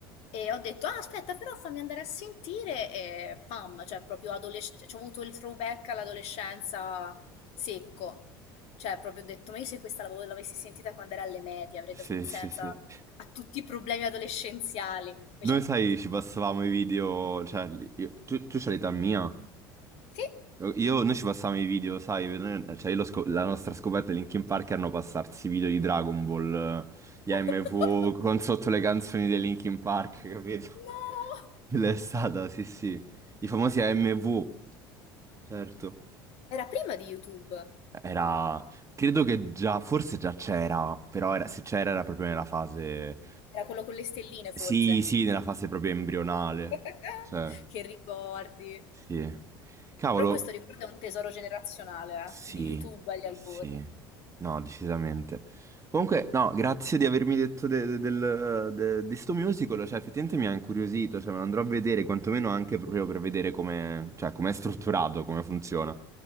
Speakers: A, on the left (about 60°); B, on the right (about 25°).
A: E ho detto, ah, aspetta, però fammi andare a sentire e pam, cioè proprio adolescenza, ho avuto il throwback all'adolescenza secco. Cioè proprio ho detto, ma io se questa l'avevo- l'avessi sentita quando era alle medie avrei
B: Sì,
A: dato un senso
B: sì, sì.
A: a a tutti i problemi adolescenziali. Invece
B: Noi,
A: no.
B: sai, ci passavamo i video, cioè, io- tu, tu c'hai l'età mia.
A: Sì.
B: Io, noi ci passavamo i video, sai, noi- cioè, io l'ho scop- la nostra scoperta di Linkin Park erano passarsi i video di Dragon Ball, eh, gli AMV,
A: <laughs>
B: con sotto le canzoni dei Linkin Park, capito?
A: No!
B: <laughs> Quella è stata, sì, sì. I famosi AMV, certo.
A: Era prima di YouTube,
B: Era, credo che già, forse già c'era, però era- se c'era era proprio nella fase,
A: era quello con le stelline
B: sì,
A: forse.
B: sì, nella fase proprio embrionale,
A: <laughs>
B: cioè,
A: Che ricordi.
B: sì. Cavolo,
A: Però questo ricordo è un tesoro generazionale, eh,
B: sì,
A: di YouTube agli albori.
B: sì, no, decisamente. Comunque, no, grazie di avermi detto de- de- del, de- di sto musical, cioè effettivamente mi ha incuriosito, cioè me lo andrò a vedere, quantomeno anche proprio per vedere come, cioè, com'è strutturato, come funziona.